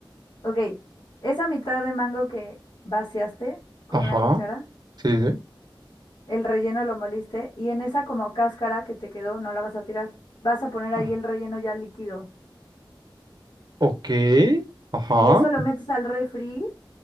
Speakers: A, on the left; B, on the right.
A: Ok, esa mitad de mango que vaciaste con
B: Ajá,
A: una cuchara,
B: sí, sí.
A: el relleno lo moliste y en esa como cáscara que te quedó no la vas a tirar. Vas a poner ahí
B: Ah,
A: el relleno ya líquido.
B: Ok, ajá,
A: Y eso lo metes al refri